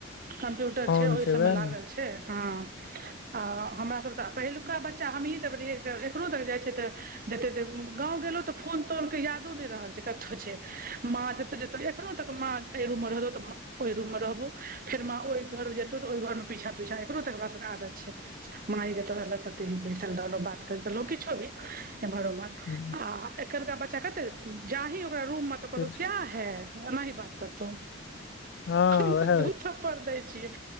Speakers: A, on the right; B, on the left.
A: कम्प्यूटर
B: फोन
A: छै ओहि सबमे
B: वएह
A: लागल
B: ने
A: छै हँ आ हमर सब तऽ पहिलुका बच्चा हम हीँ सभ रहियै तऽ एखन तक जाई छै तऽ जते गाँंव गेलो तऽ फोन तोल के याद न रहल छै क छै माँ जतत एखनो तक माँ रहतौ त ओहि रूम में रहबो फेर माँ ओहि घर जेतौ तऽ ओहि घर में पीछा पीछा एकरो तक हमरा सब के आदत छै माँये जते रहलो भेजलक तते ही बैसल रहलो बात कर रहलो किछो भी ऐम्हर ओम्हर
B: हं
A: आ एखनका बच्चा कते जाही ओकरा रूम में तऽ कहतहु
B: किछ
A: क्या है ओ एनाही बात करतौ
B: हँ
A: हम
B: उएह
A: तऽ दु थप्पड़ दै छियै